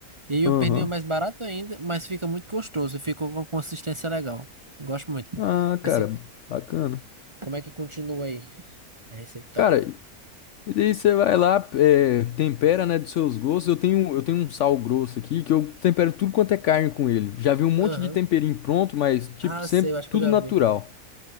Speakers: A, on the right; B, on the left.
A: E aí
B: Aham.
A: o pernil é mais barato ainda, mas fica muito gostoso. E fica com uma consistência legal. Eu gosto muito.
B: Ah,
A: Mas
B: cara,
A: assim,
B: bacana.
A: como é que continua aí? A receitona.
B: Cara, e e daí você vai lá, é, tempera, né, dos seus gostos. Eu tenho, eu tenho um sal grosso aqui que eu tempero tudo quanto é carne com ele. Já vi um monte
A: Aham.
B: de temperinho pronto, mas, tipo,
A: Ah,
B: sempre
A: sei, eu acho
B: tudo
A: que eu já
B: natural.
A: vi.